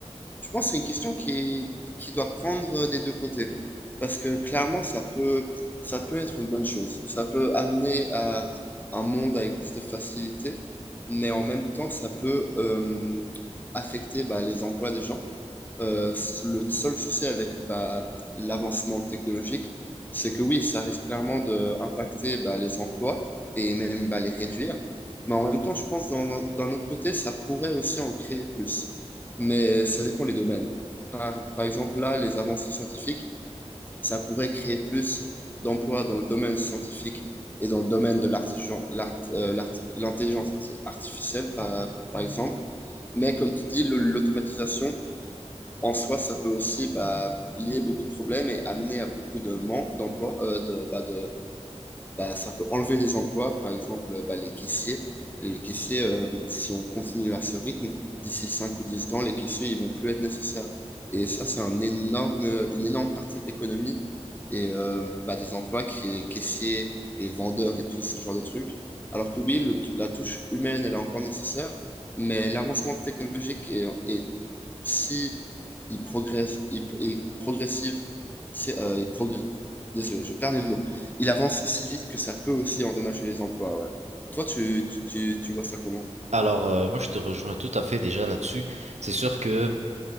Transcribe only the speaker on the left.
je pense que c'est une question qui qui doit prendre des deux côtés. Parce que clairement, ça peut, ça peut être une bonne chose. Ça peut amener à un monde avec plus de facilité, mais en même temps, ça peut euh, affecter bah, les emplois des gens. Euh, le seul souci avec bah, l'avancement technologique, c'est que oui, ça risque clairement d'impacter bah, les emplois et même bah, les réduire. Mais en même temps, je pense que d'un d'un autre côté, ça pourrait aussi en créer plus mais ça dépend les domaines. Par, par exemple, là, les avancées scientifiques, ça pourrait créer plus d'emplois dans le domaine scientifique et dans le domaine de l'artigen- l'art- euh, l'art- l'intelligence arti- artificielle, par, par exemple. Mais comme tu dis, le- l'automatisation, en soi, ça peut aussi bah, lier beaucoup de problèmes et amener à beaucoup de manque d'emplois, euh, de, bah, de, bah, ça peut enlever des emplois, par exemple euh, bah, les caissiers. Les caissiers, euh, si on continue à ce rythme, d'ici 5 ou 10 ans, les caissiers, ils vont plus être nécessaires. Et ça, c'est un énorme, une énorme partie de l'économie et euh, bah, des emplois qui est caissier et vendeur et tout ce genre de trucs. Alors que oui, le- la touche humaine, elle est encore nécessaire, mais l'avancement technologique est, est si il progresse, il, il progressive, si, euh, il progr- Désolé, je perds mes mots il avance si vite que ça peut aussi endommager les emplois. ouais. Toi, tu, tu, tu vois ça comment?